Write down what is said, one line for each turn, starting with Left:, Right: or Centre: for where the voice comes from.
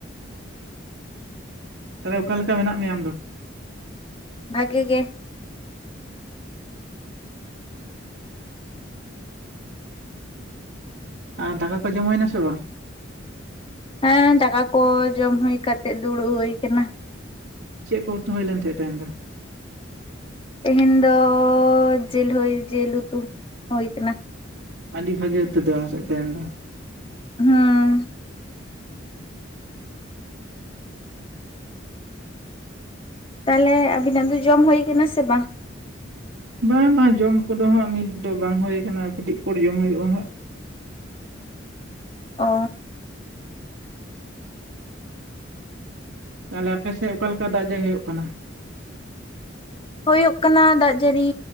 Right: ᱛᱟᱦᱚᱞᱮ ᱚᱠᱟ ᱞᱮᱠᱟ ᱢᱮᱱᱟᱜ ᱢᱮᱭᱟ ᱟᱢ ᱫᱚ?
Left: ᱵᱷᱟᱜᱮ ᱜᱮ ᱾
Right: ᱟᱨ ᱫᱟᱠᱟ ᱠᱚ ᱡᱚᱢ ᱦᱩᱭᱱᱟ ᱥᱮ ᱵᱟᱝ?
Left: ᱦᱮᱸ ᱫᱟᱠᱟ ᱠᱚ ᱡᱚᱢ ᱦᱩᱭ ᱠᱟᱛᱮᱜ ᱫᱩᱲᱩᱵ ᱦᱩᱭ ᱟᱠᱟᱱᱟ ᱾
Right: ᱪᱮᱫ ᱠᱚ ᱩᱛᱩ ᱦᱩᱭ ᱞᱮᱱ ᱛᱟᱦᱮᱸᱱ ᱛᱟᱦᱮᱸᱧ ᱫᱚ?
Left: ᱛᱮᱦᱮᱧ ᱫᱚ ᱡᱮᱞ ᱦᱩᱭ ᱡᱮᱞ ᱩᱛᱩ ᱦᱩᱭ ᱠᱟᱱᱟ ᱾
Right: ᱟᱹᱰᱤ ᱵᱷᱟᱜᱤ ᱩᱛᱩ ᱫᱚ ᱚᱱᱟ ᱥᱮᱫ ᱛᱣᱦᱮᱱ ᱫᱚ ᱾
Left: ᱦᱩᱸ᱾ ᱛᱟᱦᱚᱞᱮ ᱟᱵᱤᱱᱟᱜ ᱫᱚ ᱡᱚᱢ ᱦᱩᱭ ᱟᱠᱟᱱᱟ ᱥᱮ ᱵᱟᱝ?
Right: ᱵᱟ ᱵᱟᱝ ᱡᱚᱢ ᱠᱚᱫᱚ ᱦᱟᱸᱜ ᱱᱤᱛ ᱫᱚ ᱵᱟᱝ ᱦᱳᱭ ᱠᱟᱱᱟ ᱟᱨ ᱠᱟᱹᱴᱤᱡ ᱯᱚᱨ ᱡᱚᱢ ᱦᱳᱭᱳᱜᱼᱟ ᱦᱟᱸᱜ ᱾
Left: ᱚ
Right: ᱛᱟᱦᱞᱮ ᱟᱯᱮ ᱥᱮᱜ ᱚᱠᱟ ᱞᱮᱠᱟ ᱫᱟᱜ ᱡᱮ ᱦᱳᱭᱳᱜ ᱠᱟᱱᱟ?
Left: ᱦᱳᱭᱳᱜ ᱠᱟᱱᱟ ᱫᱟᱜ ᱡᱟᱹᱨᱤ